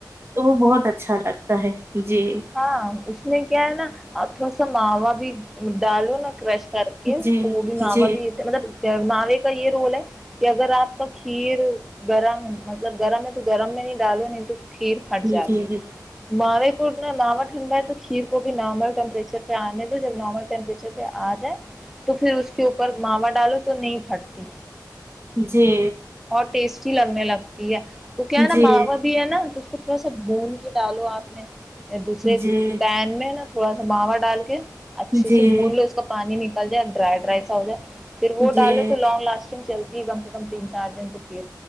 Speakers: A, on the right; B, in the centre.
A: تو وہ بہت اچھا لگتا ہے جی
B: ہاں اس میں کیا ہے نا آ تھوڑا سا سماوا بھی ڈالو نہا کرش کر کے
A: جی
B: تو
A: جی
B: بھی ماوا
A: جی
B: بھی مطب ماوے کا یہ رول ہے کہ اگر آپ کا کھیر گرم مطلب گرم ہے تو گرم میں نہیں ڈالو نہیں تو کھیر پھٹ جاتی
A: جی جی جی
B: ہے ماوے کو ٹھنڈا ہے تو کھیر کو بھی نارمل ٹیمپریچر پہ آنے دو جب نارمل ٹیمپریچر پہ آ جائے تو پھر اس کے اوپر ماما ڈالو تو نہیں فٹتی
A: جی
B: پیس لگنے لگتی ہے تو کیا
A: جی
B: نا ماوا بھی ہے نا تو اس کو تھوڑا سا بھون کے ڈالو آپ نے دوسرے
A: جی
B: پین میں نا تھوڑا سا باوا ڈال کے اچھے
A: جی جی
B: سے بھون لو اس کا پانی ن ل د ڈرائڈ رائس آؤ جا پھر وہ
A: جی
B: ڈالو تو لانگ لاسٹنگ چلتا کم سے کم تین چار دن توکے